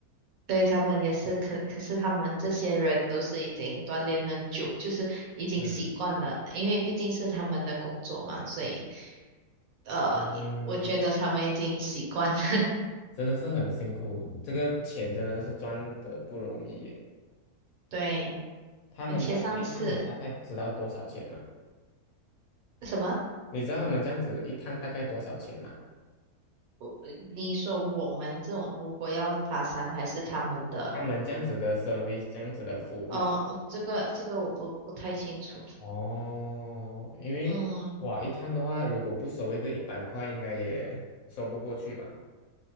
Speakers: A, on the right; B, on the left.
A: 对，他们也是，可可是他们这些人都是已经锻炼很久，就是已经习惯了，
B: 嗯
A: 因为毕竟是他们的工作嘛，所以呃，
B: 嗯，
A: 我觉得他们已经习惯了。<laughs>
B: 真的是很辛苦，这个钱真的是赚得不容易耶。
A: 对，
B: 他们这样子一趟，
A: 而且上次
B: 你大概知道多少钱吗？
A: 什么，
B: 你知道他们这样子一趟大概多少钱吗？
A: 我你说我们这种如果要爬山，还是他们的，
B: 他们这样子的 service，这样子的服务。
A: 呃，我这个这个我不不太清楚。
B: 哦，因为哇，
A: 嗯，
B: 一趟的话，如果不收一个一百块，应该也收不过去吧？